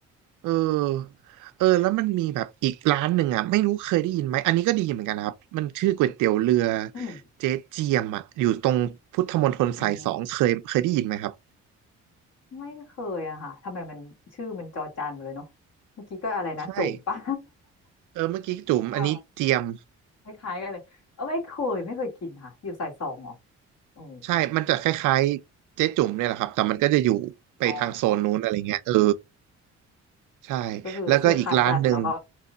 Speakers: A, on the right (about 85°); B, on the left (about 55°).
A: เออเออแล้วมันมีแบบอีกร้านหนึ่งอ่ะไม่รู้เคยได้ยินไหมอันนี้ก็ดีเหมือนกันนะครับมันชื่อก๋วยเตี๋ยวเรือ
B: อืม
A: เจ๊เจียมอ่ะอยู่ตรงพุทธมณฑลสายสองเคยเคยได้ยินไหมครับ
B: อืมไม่เคยอะค่ะทำไมมันชื่อมันจอจานไปเลยเนาะเมื่อกี้ก็อะไรนะจุ่มป่ะ
A: ใช่เออเมื่อกี้จุ๋มอันนี้เจียม
B: <laughs> อ่าคล้ายๆกันเลยเออไม่เคยไม่เคยกินค่ะอยู่สายสองเหรอโอ้โห
A: ใช่มันจะคล้ายๆเจ๊จุ๋มเนี่ยแหละครับแต่มันก็จะอยู่ไปทางโซนนู้นอะไรเงี้ยเออ
B: อ๋อ
A: ใช่แล้วก็อีกร้านหนึ่ง
B: ก็คือชื่อคล้ายกันแล้วก็